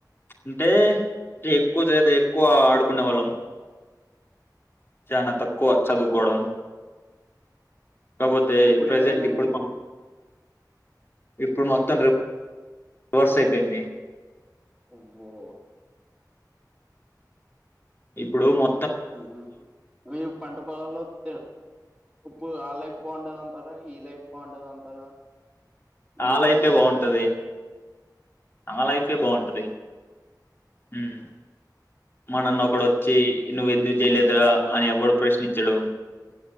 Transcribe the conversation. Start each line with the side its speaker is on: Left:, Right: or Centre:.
Left: అంటే ఎక్కువ జేత ఎక్కువ ఆడుకునే వాళ్ళం చనా తక్కువ చదువుకోవడం కాకపోతే
Centre: ఇప్పుడు
Left: ప్రజెంట్
Centre: ఏదో ఉందండి
Left: ఇప్పుడు ఇప్పుడు మొత్తం రి వర్స్ అయిపోయింది
Centre: అబ్బో
Left: ఇప్పుడు మొ
Centre: ఆ మీ పంట పొలాల్లో తె ఇప్పు ఆ లైఫ్ బాగుంటది అంటారా ఈ లైఫ్ బాగుంటది అంటారా మీ
Left: ఆ లైఫే
Centre: పాయింట్ ఆఫ్
Left: బాగుంటది
Centre: వ్యూ లో
Left: అ లైఫే బాగుంటది హ్మ్ మనన్న
Centre: అయి
Left: ఒక్కడు వచ్చి నువ్వెందుకు జేయలేదరా అని ఎవడు ప్రశ్నించడు